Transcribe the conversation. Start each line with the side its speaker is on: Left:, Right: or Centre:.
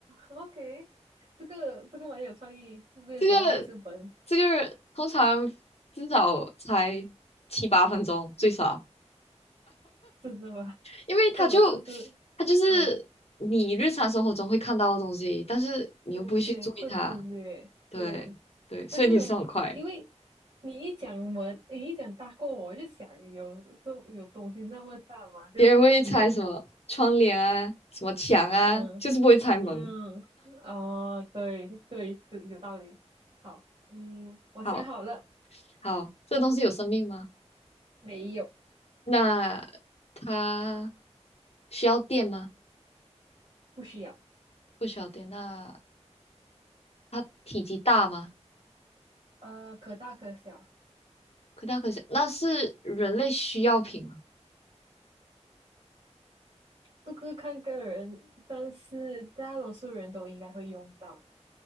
Right: ，OK，这个这个蛮有创意，没有想到会是门，
Left: 这个这个通常至少才七八分钟最少，
Right: 真的吗？
Left: 因为它就
Right: <laughs> 所以我算是，
Left: 它就是你日常生活中会看到的东西，
Right: 嗯，
Left: 但是你又不会去注意它。
Right: 对对，会忽略，
Left: 对对，
Right: 对。
Left: 所以你是很快，
Right: 但是因为你一讲门，你一讲大过我，我就想有这有东西那么大嘛，就门，
Left: 别人会拆什么窗帘啊，什么墙啊，
Right: 嗯嗯，
Left: 就是不会拆门。
Right: 哦，对对对，有道理。好，嗯，我想好了，
Left: 好好，这东西有生命吗？
Right: 没有，
Left: 那它需要电吗？
Right: 不需要，
Left: 不需要电。那它体积大吗？
Right: 呃，可大可小，
Left: 可大可小。那是人类需要品吗？
Right: 这个看个人，但是大多数人都应该会用到，